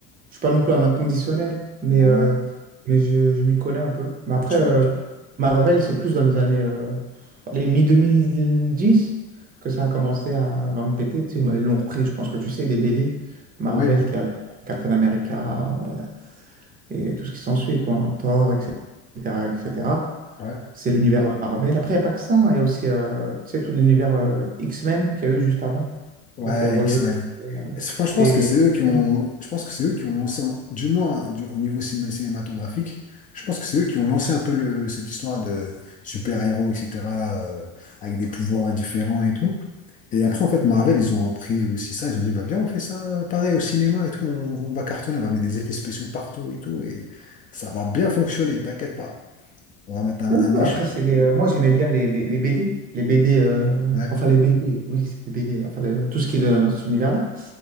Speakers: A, on the right; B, on the left.
A: je suis pas non plus un inconditionnel, mais,
B: Ouais,
A: euh, mais je, je m'y connais un peu. Mais après,
B: tu
A: euh,
B: connais un petit peu.
A: Marvel, c'est plus dans les années, euh, les mi deux mille dix que ça a commencé à, à me péter. Tu sais, bah, ils l'ont repris, je pense que tu sais, les BD. Marvel
B: Oui,
A: qui avait Captain America, euh, et tout ce qui s'ensuit, quoi, hein, Thor, etc., etc.
B: ouais.
A: C'est l'univers euh, Marvel. Après, il n'y a pas que ça, hein, il y a aussi euh, tu sais, tout l'univers euh, X-Men qu'il y a eu juste avant,
B: Ouais,
A: avec euh, Wolverine
B: X-Men.
A: et, euh,
B: Et c'est- Franchement,
A: et
B: je pense que c'est eux qui
A: X-Men.
B: ont, je pense que c'est eux qui ont lancé, en- du moins du- au niveau cinéma- cinématographique, je pense que c'est eux qui ont lancé un peu le- cette histoire de super-héros, etc., euh, avec des pouvoirs différents et tout. Et après, en fait, Marvel, ils ont repris aussi ça. Ils ont dit, bah, viens, on fait ça euh, pareil au cinéma et tout. On, on va cartonner, on va mettre des effets spéciaux partout et tout. Et ça va bien fonctionner, t'inquiète pas. On va mettre un,
A: Ouh,
B: un méchant.
A: après, c'est les, euh, moi, j'aimais bien les, les- les BD. Les BD, euh,
B: Ouais,
A: enfin les BD, oui, c'est les BD, enfin le- tout ce qui est de- dans cet univers-là.